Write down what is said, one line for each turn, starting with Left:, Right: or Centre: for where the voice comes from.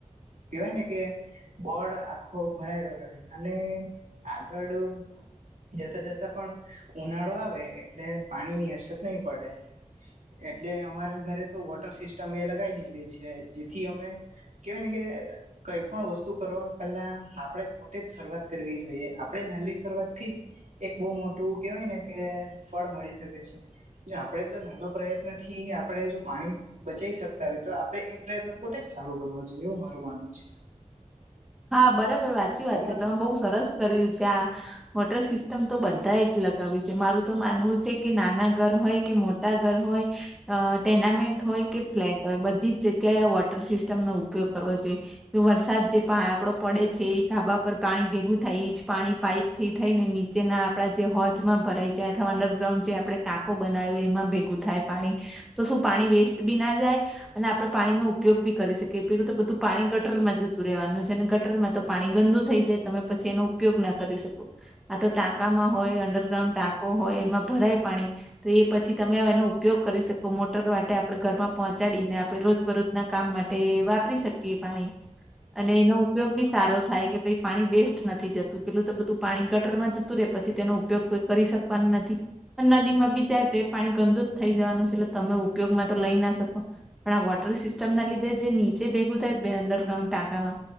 Right: કવાય ને કે બોળ આખો ભરાય ગયો રહે અને આગળ જતા જતા પણ ઉનાળો આવે એટલે પાણી ની અછત નહી પડે એટલે અમારા ઘરે તો વોટર સિસ્ટમ એ લગાવી દીધલી છે જેથી અમે કેવાન કે કઈ પણ વસ્તુ કરવા પહેલા આપણેે પોતે જ શરૂઆત કરવી જોઈએ આપણે નાની શરૂઆતથી જ. એક બહુ મોટું કેવાય ને કે ફળ મળી શકે છે. જો આપણેે જો નાનો પ્રયત્ન થી આપણેે જો પાણી બચી શકતા હોય તો આપડે એ પ્રયત્ન પોતે જ ચાલુ કરવો જોઈએ એવું મારું માનવું છે.
Centre: હા બરાબર વાચી વાત
Right: તમા
Centre: છે તમે બહુ સરસ કર્યું છે આ વોટર સિસ્ટમ તો બધા જ લગ ક છે મારું તો માનવું છે કે નાના ઘર હોય કે મોટા ઘર હોય અ ટેર્નામેન્ટ હોય કે ફ્લેટ હોય બધી જ જગ્યાએ આ વોટર સિસ્ટમનોો ઉપયોગ કરવો જોઈએ. તો વરસાદ જે. આપડો પડે છે એ ઢાબા પર પાણી ભેગું થાય ઈ જ પાણી પાઈપ થી થઈ ને નીચ. જેના આપડા જે હોજમાં ભરાઈ જાય અથવા અંડરગ્રાઉન્ડ જે આપણે ટાંકો બનાવ એમાં ભેગું થાય પાણી. તો શું પાણી વેસ્ટ બી ના જાય અને આપણે પાણી નો ઉપયોગ બી કરી શકીએ પેલું તો બધું પાણી ગટર માં જતું રહેવાનું છે. ગટરમાં તો પાણી ગંદુ થઈ જાય તમે પછી એનો ઉપયોગ ના કરી શકો આ તો ટાકામાં હોય અંડરગ્રાઉન્ડ ટાંકો હોય એમાં ભરાય પાણી. તો એ પછી તમે એનો ઉપયોગ કરી શકો મોટર માટે આપડણે ઘરમાં પહોંચાડીને આપડણે રોજબરોજ ના કામ માટે વાપરી શકીએ પાણી. અને એનો ઉપયોગ બી સારો થાય કે ભાઈ પાણી વેસ્ટ નથી જતું પેલું તો બધું પાણી ગટરમાં જતું રે પછી તેનો ઉપયોગ કોઈ કરી શકવાનું નથી. નદીમાં બી જાય તો એ પાણી ગંદુ જ થઈ જવાનું છે એટલે તમે ઉપયોગમાં તો લઈ ના શકો પણ આ વોટર સિસ્ટમ ના લીધે જે નીચે ભેગું થાય બે અંડરગ્રાન્ડ ટાંકામાં